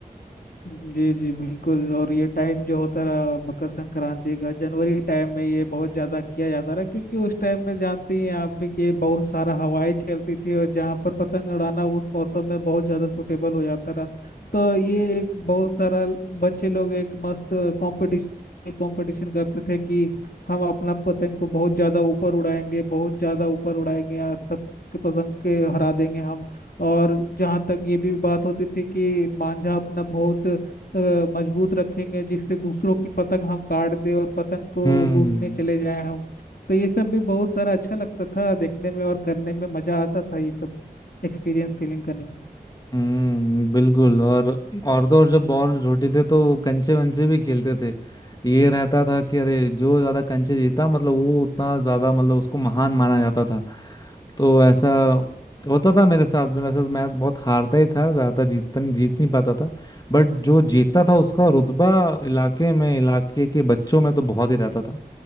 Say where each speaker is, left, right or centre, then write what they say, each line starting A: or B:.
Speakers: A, on the left; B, on the left.
A: जी जी बिल्कुल और ये टाइम जो होता रहा मकर संक्रांति का जनवरी टाइम में ये बहुत ज़्यादा किया जाता रहा क्योंकि उस टाइम में जानती हैं आप भी कि बहुत सारा हवाएं चलती थी और जहाँ पर पतंग उड़ाना उस मौसम में बहुत ज़्यादा सुटेबल हो जाता रहा तो ये एक बहुत सारा बच्चे लोग एक मस्त कंपटीशन कंपटीशन करते थे कि हम अपना पतंग को बहुत ज़्यादा ऊपर उड़ाएंगे बहुत ज़्यादा ऊपर उड़ाएंगे और सबके पतंग के हरा देंगे हम और जहाँ तक ये भी बात होती थी कि मांझा अपना बहुत अ, मजबूत रखेंगे जिससे दूसरों की पतंग हम काट दें और पतंग को
B: हम्म
A: लूटने चले जाएं हम तो ये सब भी बहुत सारा अच्छा लगता था देखने में और करने में मजा आता था ये सब एक्सपीरियंस फीलिंग करने में
B: हम्म बिल्कुल और और तो और जब और छोटे थे तो कंचे वंचे भी खेलते थे ये रहता था कि अरे जो ज्यादा कंचे जीता मतलब वो उतना ज्यादा मतलब उसको महान माना जाता था तो ऐसा होता था मेरे साथ भी वैसे तो मैं बहुत हारता ही था ज्यादातर जीतता नहीं जीत नहीं पाता था बट जो जीतता था उसका रुतबा इलाके में इलाके के बच्चों में तो बहुत ही रहता था